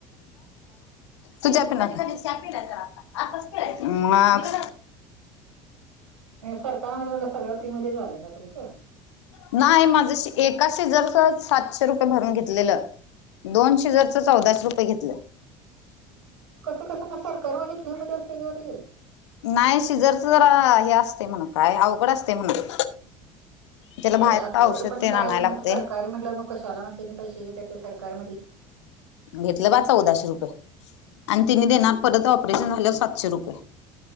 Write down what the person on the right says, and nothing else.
सरकारमध्ये म्हणलं सगळं फ्री मध्ये झालंय ना तुमचं.
कसं कसं म सरकारी मध्ये फ्री मध्ये असतय कि हो ती.
अगं असलं
तर पण
काय
म
सरकारी म्हणलं मग कशाला म त्यांनी पैशे दघेत्यात सरकार मधी.
हम्म